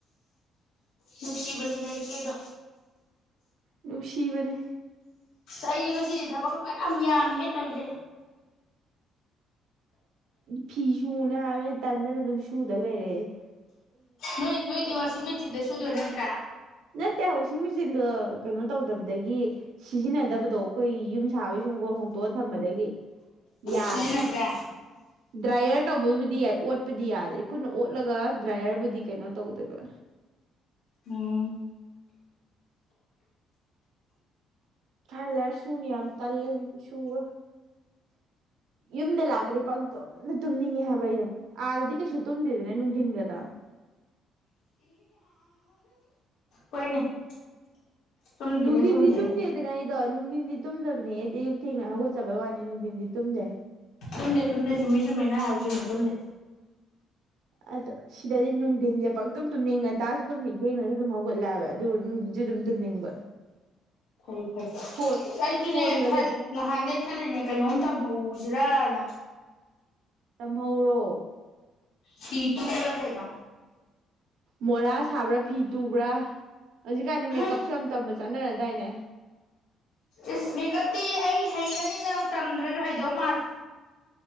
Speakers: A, on the left (about 70°); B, on the right (about 70°).
A: ꯅꯨꯡꯁꯤꯕꯅꯤꯗ ꯏꯆꯦ ꯗꯣ
B: ꯅꯨꯡꯁꯤꯕꯅꯤ
A: ꯑꯩ ꯉꯁꯤꯗꯤ ꯊꯕꯛ ꯐꯥꯟꯌꯥꯝ ꯌꯥꯝꯃꯦ ꯍꯦ ꯇꯜꯂꯦ
B: ꯐꯤ ꯁꯨꯅ ꯍꯥꯏꯕꯅ ꯇꯟꯗꯅ ꯑꯗꯨꯝ ꯁꯨꯗ ꯂꯩꯔꯛꯑꯦ
A: ꯅꯣꯏ ꯅꯣꯏꯗꯤ ꯋꯥꯁꯤꯡ ꯃꯆꯤꯟꯗꯦ ꯁꯨꯗꯣꯏꯦ ꯅ꯭ꯔ
B: ꯅꯠꯇꯦ ꯋꯥꯁꯤꯡ ꯃꯦꯆꯤꯟꯗꯣ ꯀꯩꯅꯣ ꯇꯧꯗꯕꯗꯒꯤ ꯁꯤꯖꯤꯟꯅꯗꯕꯗꯣ ꯑꯩꯈꯣꯏ ꯌꯨꯝ ꯥꯎ ꯁꯨ ꯀꯣ ꯍꯨ <unintelligible> ꯊꯝꯕꯗꯒꯤ ꯌꯥꯗ꯭ꯔꯦ
A: ꯁꯤꯖꯤꯟꯅꯗ꯭ꯔꯦ
B: ꯗ꯭ꯔꯥꯏꯌꯔ ꯇꯧꯕꯕꯨꯗꯤ ꯌꯥꯏ ꯑꯣꯠꯄꯗꯤ ꯌꯥꯗꯦ ꯑꯩꯈꯣꯏꯅ ꯑꯣꯠꯂꯒ ꯗ꯭ꯔꯥꯏꯌꯔꯕꯨꯗꯤ ꯀꯩꯅꯣ ꯇꯧꯗꯣꯏꯕ
A: ꯎꯝ
B: ꯊꯥꯏ ꯂꯩꯔ ꯁꯨꯅꯤ ꯌꯥꯝ ꯇ ꯂꯗꯤ ꯁꯨꯕ ꯌꯨꯝꯗ ꯂꯥꯛꯄꯅꯤ ꯄꯪ ꯇꯨꯝꯅ ꯇꯨꯝꯅꯤꯡꯉꯦ ꯍꯥꯏꯕ ꯑꯩꯗꯣ ꯑꯥꯗꯗꯤ ꯀꯩꯁꯨ ꯇꯨꯝꯗꯦꯗꯅꯦ ꯅꯨꯡꯊꯤꯟꯒꯗ
A: ꯍꯣꯏꯅꯦ ꯇꯨꯝꯗꯦꯅꯦ
B: ꯅꯨꯡꯗꯤꯟꯗꯤ
A: ꯇꯨꯝꯗꯦꯅꯦ
B: ꯇꯨꯝꯗꯤ ꯗꯥꯅꯥ ꯑꯩꯗꯣ ꯅꯨꯡꯗꯤꯟ ꯇꯨꯝꯗꯕꯅꯦ ꯑꯦꯗꯤ ꯊꯦꯡꯅ ꯍꯧꯒꯠꯆꯕꯩ ꯋꯥꯅꯤ ꯅꯨꯡꯊꯤꯟꯗꯤ ꯇꯨꯝꯗꯦ
A: ꯇꯨꯝꯗꯦ ꯇꯨꯝꯗꯦ ꯆꯨꯝꯃꯤ ꯆꯨꯝꯃꯤ ꯅꯪ ꯍꯥꯏꯁꯤꯅꯤ ꯇꯨꯝꯗꯦ
B: ꯑꯗꯣ ꯁꯤꯗꯗꯤ ꯅꯨꯡꯊꯤꯟꯁꯦ ꯄꯪꯇꯨꯝ ꯇꯨꯝꯅꯤꯡ ꯉꯟꯇꯥꯁꯨ ꯇꯨꯝꯅꯤꯡ ꯊꯦꯡꯅꯁꯨ ꯑꯗꯨꯝ ꯍꯧꯒꯠꯂꯛꯑꯕ ꯑꯗꯨ ꯅꯨꯡꯊꯤꯟꯁꯨ ꯑꯗꯨꯝ ꯇꯨꯝꯅꯤꯡꯕ
A: ꯐꯩ ꯐꯩ
B: ꯐꯣꯟ
A: ꯑꯩꯁꯨꯅꯦ
B: ꯐꯣꯟꯒꯁꯦ
A: ꯈꯔ ꯅꯍꯥꯟꯗꯒꯤꯩ ꯈꯜꯂꯤꯅꯦ ꯀꯩꯅꯣꯝ ꯇꯝꯍꯧꯁ ꯖꯤꯔꯥꯅ
B: ꯇꯝꯍꯧꯔꯣ
A: ꯁꯤ ꯇꯨꯕꯔꯥ ꯀꯩꯅꯣ
B: ꯃꯣꯔꯥ ꯁꯥꯕ꯭ꯔꯥ ꯐꯤ ꯇꯨꯕ꯭ꯔꯥ ꯍꯧꯖꯤꯛꯀꯥꯟꯅꯤ
A: ꯍꯦ
B: ꯃꯦꯀꯞꯁꯨ ꯌꯥꯝ ꯇꯝꯕ ꯆꯥꯟꯅꯔꯦ ꯗꯥꯏꯅꯦ
A: ꯏꯁꯃꯤꯀꯠꯇꯤ ꯑꯩ ꯍꯩꯔꯅꯤꯗꯅ ꯑꯃꯨꯛ ꯇꯝꯗ꯭ꯔꯁꯨ ꯍꯩꯗꯧ ꯃꯥꯜꯂꯦ